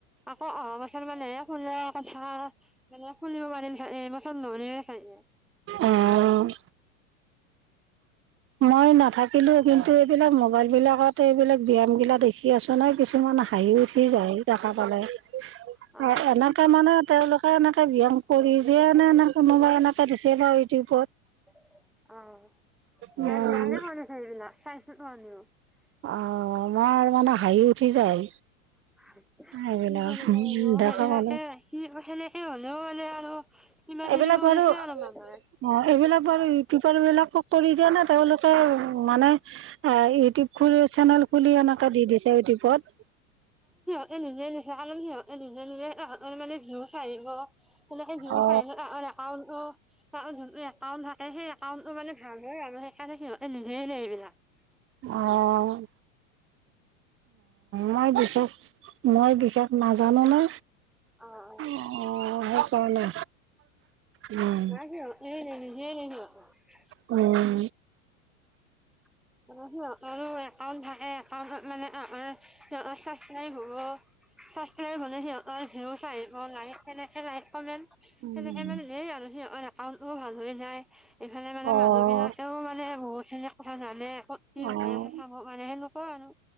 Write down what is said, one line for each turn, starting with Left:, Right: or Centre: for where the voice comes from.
Centre: আকৌ অহা বছৰ মানেহে খুলা কথা মানে খুলিব পাৰিম চাগে এই বছৰ নোৱাৰিম এ। <unintelligible>
Right: অ'। মই নাথাকিলো কিন্তু এইবিলাক মোবাইল বিলাকত এইবিলাক ব্যায়াম গিলা দেখি আছো নহয় কিছু হাঁহি উঠি যায় দেখা পালে
Centre: অ
Right: আ এনেকে মানে তেওঁলোক। এনেকে ব্যায়াম কৰি যিয়ে এনে এনে কোনোবা এনেকে দিছে বা ইউটিউবত।
Centre: <unintelligible>
Right: উম অ' মই মানে হাঁহি উঠি যায়।
Centre: কি
Right: এইবিলাক
Centre: কৰিবা
Right: দেখা
Centre: আৰু
Right: পালো
Centre: <unintelligible> কিবি
Right: এইবিলাক
Centre: কৰিছে
Right: বাৰু অ'
Centre: আৰু মামাই
Right: এইবিলাক বাৰু ইউটোপাৰ বিলাক কৰি দিয়েনে তেওঁলোকে মানে। অ' ইউটিউব খুলি চেনেল খুলি এনেকে দি দিছে ইউটিউবত।
Centre: <inaudible> <inaudible>
Right: অ
Centre: <inaudible>
Right: অ'। মই বিশেষ, মই বিশেষ নাজানো না।
Centre: অ অ
Right: অ', সেই কাৰণে উম। লাহ
Centre: নাই সিহঁতে <unintelligible>
Right: উম।
Centre: <unintelligible> <unintelligible> <unintelligible>
Right: উম
Centre: কামটো ও ভাল হৈ যায় ইফালে মানে
Right: অ',
Centre: মানুহ বিলাকেও মানে বহুত খিনি কথা জানে। ক'ত কি
Right: অ'।
Centre: হৈ আছে চাব কাৰণে সেনেকুৱা আৰু।